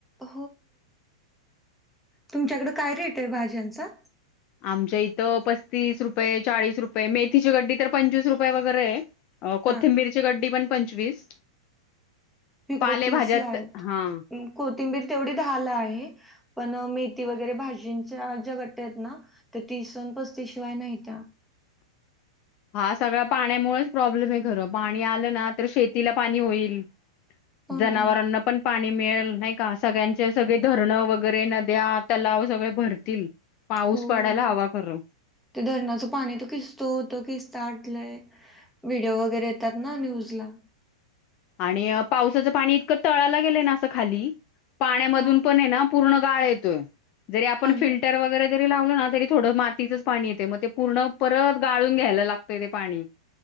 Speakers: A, in the centre; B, on the left.
A: <inaudible> तुमच्याकड काय रेट हे भाज्यांचा?
B: आमच्या इथं पस्तीस रुपये चाळीस रुपये मेथीची गड्डी तर पंचवीस रुपये वगैरे हे. अ कोथिंबीरची
A: हां.
B: गड्डी पण पंचवीस.
A: तिकडं
B: पालेभाज्यात
A: तीस ला हे
B: हा
A: अम कोथिंबीर तेवढी दहा ला आहे पण मेथी वगैरे भाजींच्या ज्या गट्ट्या हेत ना त्या तीस न पस्तीसशिवाय नाहीत्या
B: हा सगळा पाण्यामुळेच प्रॉब्लेम हे खरं पाणी आलं ना तर शेतीला पाणी होईल
A: हो
B: जनावरांना
A: ना
B: पण पाणी नी मिळेल नाही का सगळ्यांचे सगळे धरणं वगैरे नद्या तलाव सगळे भरतील पाऊस
A: होओ
B: पडायला हवा खरं
A: ते धरणाचं पाणी त किसतो होत किस साठलय व्हिडिओ वगैरे येतात ना न्यूज ला.
B: आणि अ पावसाचं पाणी इतकं तळाला गेलंय ना आता खाली पाण्यामधून
A: हा
B: पण हे ना पूर्ण गाळ येतोय. जरी आपण
A: अनु
B: फिल्टर वगैरे जरी लाव हणा तरी थोडं मातीचच पाणी येतय म ते पूर्ण परत गाळून घ्यायला लागतय ते पाणी